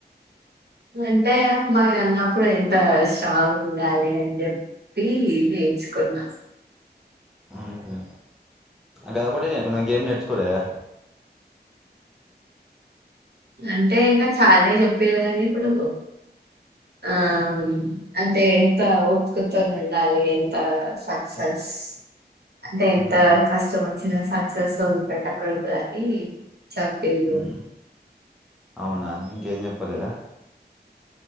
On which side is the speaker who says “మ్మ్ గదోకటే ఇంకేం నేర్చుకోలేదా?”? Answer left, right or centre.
Centre